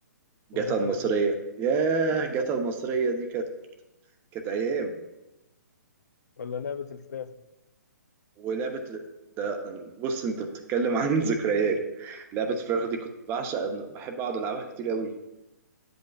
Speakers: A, on the right; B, on the left.
A: جاتا
B: وجاتا
A: المصرية
B: القديمه
A: ياه جاتا المصرية دي كانت كانت أيام
B: ولا لعبه الفراخ دي
A: ولعبة ده بص أنت بتتكلم عن <laughs> ذكريات لعبة فراخ دي كنت بعشق إن- بحب أقعد ألعبها كتير قوي